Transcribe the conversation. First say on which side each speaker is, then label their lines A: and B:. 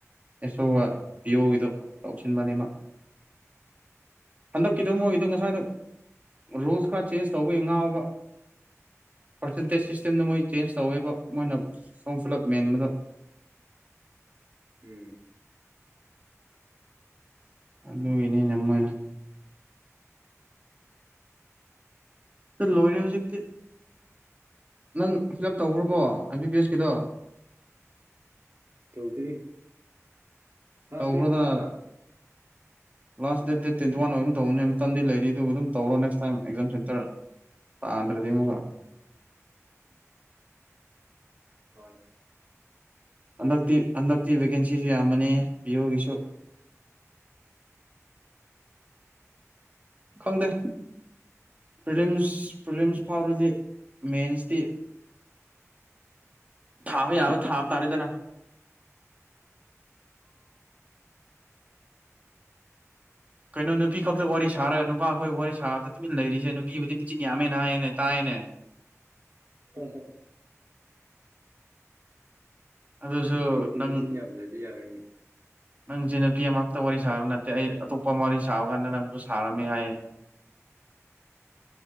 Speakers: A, on the right (about 30°); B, on the right (about 60°).
A: ꯑꯦꯁꯣꯒ ꯄꯤꯌꯣꯒꯤꯗꯣ ꯇꯧꯁꯤꯟꯕꯅꯤꯃ ꯍꯟꯗꯛꯀꯤꯗ ꯃꯣꯏꯒꯤꯗꯣ ꯉꯁꯥꯏꯗ ꯔꯨꯜꯁ ꯈꯔ ꯆꯦꯟꯖ ꯇꯧꯕꯒꯤ ꯉꯥꯎ ꯄꯥꯔꯁꯦꯟꯇꯦꯖ ꯁꯤꯁꯇꯦꯝꯗ ꯃꯣꯏ ꯆꯦꯟꯖ ꯇꯧꯋꯦꯕ ꯃꯣꯏꯅ ꯐ ꯐ꯭ꯂꯞ ꯃꯦꯟꯕꯗꯣ
B: ꯎꯝ
A: ꯑꯗ ꯏꯅꯦ ꯅꯃꯅ ꯂꯣꯏꯔꯦ ꯍꯧꯖꯤꯛꯇꯤ ꯅꯪ ꯐꯤꯜ ꯑꯞ ꯇꯧꯈ꯭ꯔꯕꯣ ꯑꯦꯝ ꯕꯤ ꯄꯤ ꯑꯦꯁ ꯀꯗꯣ
B: ꯆꯧꯗꯔꯤ ꯅꯁꯇ
A: ꯇꯧꯈ꯭ꯔꯣꯗꯅ
B: ꯀ ꯇꯨꯝꯃꯔ
A: last date date twenty one ꯑꯣꯏꯕꯝ ꯇꯧꯕꯅꯦ ꯃꯇꯝꯗꯤ ꯂꯩꯔꯤ ꯑꯗꯨꯒ ꯑꯗꯨꯝ ꯇꯧꯔꯣ ꯅꯦꯛꯁ ꯇꯥꯏꯝ ꯑꯦꯛꯖꯥꯝ ꯁꯦꯟꯇꯔ ꯇꯥꯗ꯭ꯔꯗꯤꯃꯒ
B: ꯍꯣꯏ
A: ꯍꯟꯗꯛꯇꯤ ꯍꯟꯗꯛꯇꯤ ꯚꯦꯀꯦꯟꯁꯤꯁꯨ ꯌꯥꯝꯃꯅꯤ ꯄꯤꯌꯨꯒꯤꯁꯨ ꯈꯪꯗꯦ ꯄ꯭ꯔꯤꯝꯁ ꯄ꯭ꯔꯤꯂꯤꯝꯁ ꯐꯥꯎꯔꯗꯤ ꯃꯦꯟꯁꯇꯤ ꯊꯥꯕ ꯌꯥꯕ ꯊꯥꯕ ꯇꯥꯔꯦꯗꯅ ꯀꯩꯅꯣ ꯅꯨꯄꯤ ꯈꯛꯇ ꯋꯥꯔꯤ ꯁꯥꯔꯒ ꯅꯨꯄꯥꯈꯣꯏ ꯋꯥꯔꯤ ꯁꯥꯕꯗ ꯇꯨꯃꯤꯟꯅ ꯂꯩꯔꯤꯁꯦ ꯅꯨꯄꯤꯕꯨꯗꯤ ꯃꯦꯆꯤꯟ ꯌꯥꯝꯃꯦꯅ ꯍꯥꯏꯌꯦꯅꯦ ꯇꯥꯏꯌꯦꯅꯦ <inaudible>
B: ꯑ ꯍ
A: ꯑꯗꯨꯁꯨ
B: ꯅꯨꯄꯤꯕꯨꯗꯤ
A: ꯅꯪ
B: ꯃꯆꯤꯟ ꯌꯥꯝꯗ꯭ꯔꯗꯤ ꯌꯥꯔꯣꯏꯅꯦ
A: ꯅꯪꯁꯦ ꯅꯨꯄꯤ ꯑꯃꯛꯇ ꯋꯥꯔꯤ ꯁꯥꯕ ꯅꯠꯇꯦ ꯑꯩ ꯑꯇꯣꯞꯄ ꯑꯃ ꯋꯥꯔꯤ ꯁꯥꯕ ꯀꯥꯟꯗ ꯅꯪꯁꯨ ꯁꯥꯔꯝꯃꯦ ꯍꯥꯏꯌꯦ <inaudible>